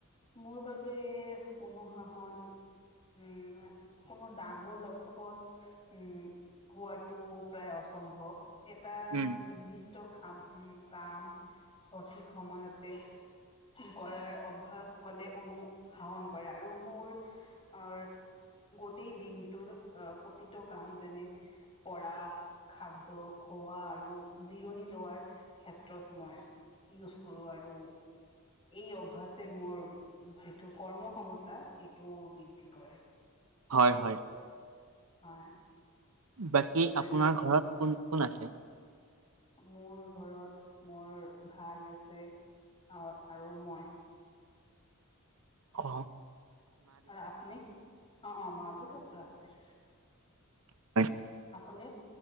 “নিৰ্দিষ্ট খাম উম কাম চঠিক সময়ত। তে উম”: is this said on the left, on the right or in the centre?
Left